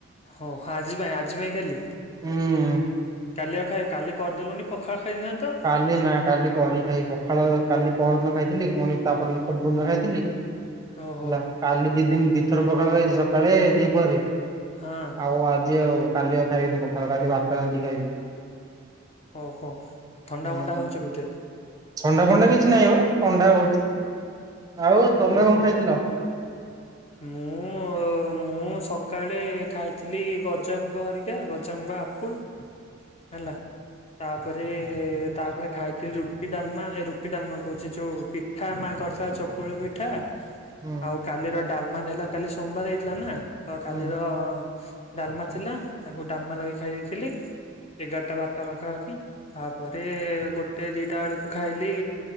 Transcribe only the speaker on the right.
ଉଁ
କାଲି ନା କାଲି କରି ଖାଇ ପଖାଳ କାଲି ପଅର ଦିନ ଖାଇଥିଲି ପୁଣି ତାପର ଦିନ <unintelligible> ଖାଇଥିଲି। ହେଲା
କାଲି ଦି ଦିନ ଦିଇ ଥର ପଖାଳ ଖାଇଛି ସକାଳେ, ଦିପହରେ।
ଆଉ ଆଜି ଆଉ କାଲି ଆଉ ଖାଇବିନି ପଖାଳ କାଲି ଭାତ ରାନ୍ଧିକି ଖାଇବି।
ହୁଁ
ଥଣ୍ଡା ଫଣ୍ଡା କିଛି ନାହିଁ ବୋ ଥଣ୍ଡା ହଉଚି ଆଉ ତମେ
କଣ ଖାଇଥିଲ?
ହୁଁ <unintelligible>
ହୁଁ
ହୁଁ